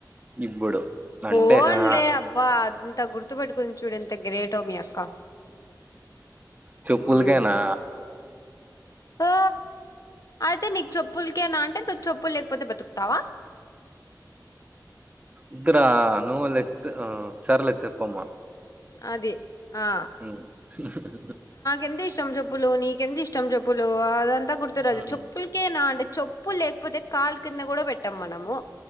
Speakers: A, on the right; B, on the left.
A: ఇప్పుడు
B: పోనిలేే
A: అంటే ఆ
B: అబ్బా అది ఇంత గుర్తుపెట్టుకుని చూడు ఎంత గ్రేటో మీ అక్క
A: చెప్పులు
B: మ్మ్
A: కేనా
B: ఆ అయితే నీకు చెప్పులకేనా అంటే నువ్వు చెప్పులు లేకపోతే బతుకుతావా
A: ఇదరా నువ్వు లెచ్చు సర్లే చెప్పమ్మా
B: అది ఆ
A: హ్మ్
B: ఎంత ఇష్టం చెప్పులు నీకెంత ఇష్టం చెప్పులు అదంతా గుర్తుకురాదు
A: హ్మ్
B: చెప్పీ చెప్పేనా అంటే చెప్పు లేకపోతే కాలు కింద కూడా పెట్టాం మనము